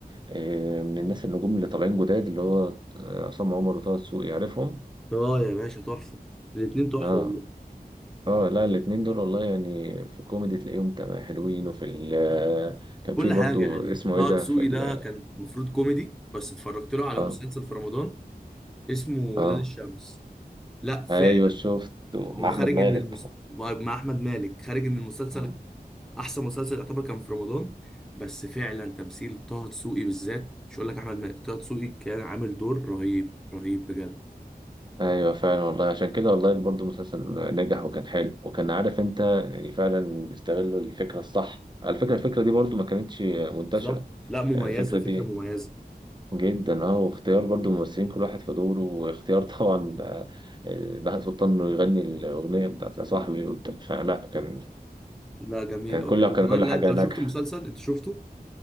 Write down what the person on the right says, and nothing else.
آه، من الناس النجوم اللي طالعين جداد اللي هو آه، عصام عمر وطه دسوقي عارفهم
اه
اه لا الاتنين دول والله يعني في الكوميدي تلاقيهم تمام حلوين وفي ال آه، كان
في برضو
اسمه
ايه ده
في ال
اه
اه
ايوه شفت مع
احمد
مالك
مم.
ايوه فعلا والله عشان كده والله برضو المسلسل نجح وكان حلو وكان عارف انت يعني فعلا بيستغلوا الفكره الصح على فكره الفكره دي برضو ما كانتش منتشره
يعني الفكره
دي
جدا اه واختيار برضو ممثلين كل واحد في دوره واختيار طبعا آه، بهاء سلطان انه يغني الاغنيه بتاعت يا صاحبي وبتاع. فلا كان
كان
كل
كان كل
حاجه
ناجحه